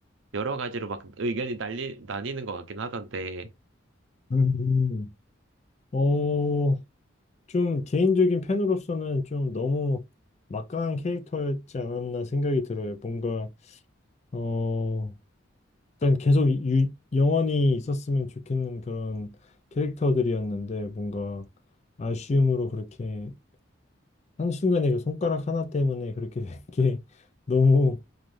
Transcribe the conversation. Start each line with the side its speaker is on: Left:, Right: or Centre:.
Right: 여러 가지로 막 의견이 날리, 나뉘는 것 같긴 하던데,
Left: 음. 어, 좀 개인적인 팬으로서는 좀 너무 막강한 캐릭터였지 않았나 생각이 들어요. 뭔가, 어, 일단 계속 유, 영원히 있었으면 좋겠는 그런 캐릭터들이었는데, 뭔가 아쉬움으로 그렇게 한순간에 그 손가락 하나 때문에 그렇게 된 게 <laughs> 너무